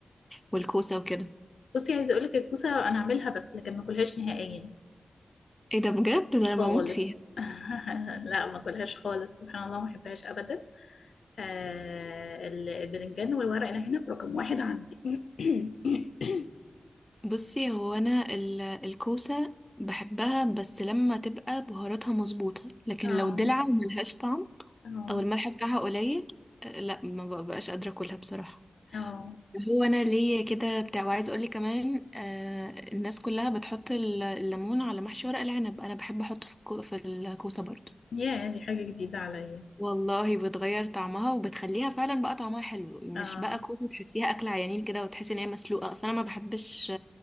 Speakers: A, in the centre; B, on the left.
A: والكوسة وكده
B: بصي عايزة أقولك الكوسة أنا أعملها بس لكن ما أكلهاش نهائيا
A: ايه ده بجد ده انا
B: خالص
A: بموت فيها
B: <laughs> لا ما أكلهاش خالص سبحان الله ما أحبهاش أبدا آه ال- البتنجان والورق العنب رقم واحد عندي <clears throat> <coughs>
A: بصي هو انا ال- الكوسه بحبها بس لما تبقى بهاراتها مظبوطه لكن
B: اه
A: لو دلع وملهاش طعم
B: اه
A: او الملح بتاعها قليل آه، لا ما ببقاش قادره اكلها بصراحه
B: اه
A: هو انا ليا كده بتاع وعايز اقول لك كمان آه الناس كلها بتحط ال- الليمون على محشي ورق العنب انا بحب احطه في الكو- في الكوسه برضو
B: يا دي حاجة جديدة عليا
A: والله بتغير طعمها وبتخليها فعلا بقى طعمها حلو مش
B: اه
A: بقى كوسه تحسيها اكل عيانين كده وتحسي ان هي مسلوقه اصل انا ما بحبش